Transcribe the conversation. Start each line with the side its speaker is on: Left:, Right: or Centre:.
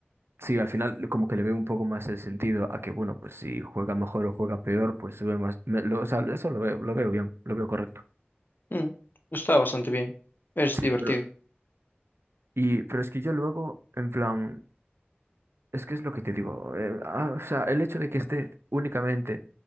Right: sí, al final como que le veo un poco más el sentido a que, bueno, pues si juega mejor o juega peor, pues sube más. me- lo- o sea, eso lo veo, lo veo bien, lo veo correcto.
Left: Mm, está bastante bien. Es
Right: Sí,
Left: divertido.
Right: pero, y, pero es que yo luego, en plan, es que es lo que te digo, eh, ah, o sea, el hecho de que esté únicamente